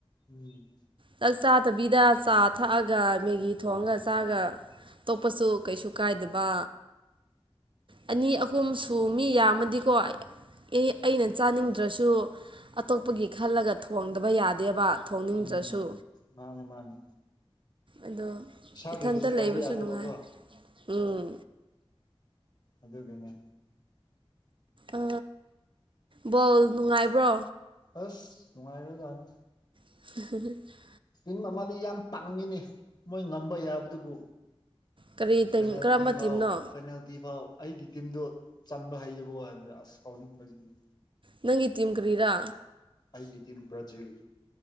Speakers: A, on the left; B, on the right.
A: ꯎꯝ
B: ꯆꯥꯛ ꯆꯥꯗꯕꯤꯗ ꯆꯥ ꯊꯛꯑꯒ ꯃꯦꯒꯤ ꯊꯣꯡꯉꯒ ꯆꯥꯒ ꯇꯣꯛꯄꯁꯨ ꯀꯩꯁꯨ ꯀꯥꯏꯗꯕ ꯑꯅꯤ ꯑꯍꯨꯝ ꯁꯨ ꯃꯤ ꯌꯥꯝꯃꯗꯤꯀꯣ ꯑꯦ ꯑꯩꯅ ꯆꯥꯅꯤꯡꯗ꯭ꯔꯁꯨ ꯑꯇꯣꯞꯄꯒꯤ ꯈꯜꯂꯒ ꯊꯣꯡꯗꯕ ꯌꯥꯗꯦꯕ ꯊꯣꯡꯅꯤꯡꯗ꯭ꯔꯁꯨ
A: ꯎꯝ ꯃꯥꯅꯦ ꯃꯥꯅꯦ
B: ꯑꯗꯣ
A: ꯏꯁꯥꯒꯤ
B: ꯏꯊꯟꯇ
A: <unintelligible> ꯇꯧꯕ
B: ꯂꯩꯕꯁꯨ
A: ꯌꯥꯗꯦꯕꯀꯣ
B: ꯅꯨꯡꯉꯥꯏ ꯎꯝ
A: ꯑꯗꯨꯒꯤꯅꯦ
B: ꯑ ꯕꯣꯜ ꯅꯨꯡꯉꯥꯏꯕ꯭ꯔꯣ
A: ꯑꯁ ꯅꯨꯡꯉꯥꯏꯈ꯭ꯔꯖꯅꯤ
B: <unintelligible>
A: ꯇꯤꯝ ꯑꯃꯗꯤ ꯌꯥꯝ ꯄꯪꯉꯤꯅꯦ ꯃꯣꯏ ꯉꯝꯕ ꯌꯥꯕꯗꯨꯕꯨ
B: ꯀꯔꯤ ꯇꯤꯝ
A: ꯄꯦꯅꯥꯜꯇꯤ
B: ꯀꯔꯝꯕ
A: ꯐꯥꯎ
B: ꯇꯤꯝꯅꯣ
A: ꯄꯦꯅꯥꯜꯇꯤ ꯐꯥꯎ ꯑꯩꯒꯤ ꯇꯤꯝꯗꯣ ꯆꯟꯕ ꯍꯩꯇꯕ ꯋꯥꯅꯤꯗ ꯑꯁ ꯁꯥꯎꯅꯤꯡꯕꯁꯤꯗꯤ
B: ꯅꯪꯒꯤ ꯇꯤꯝ ꯀꯔꯤꯔꯥ
A: ꯑꯩꯒꯤ ꯇꯤꯝ ꯕ꯭ꯔꯥꯖꯤꯜ